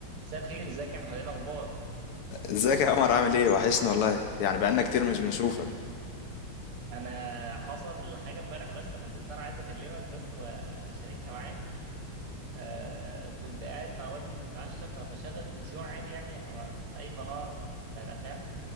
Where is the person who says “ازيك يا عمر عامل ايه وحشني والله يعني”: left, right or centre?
Left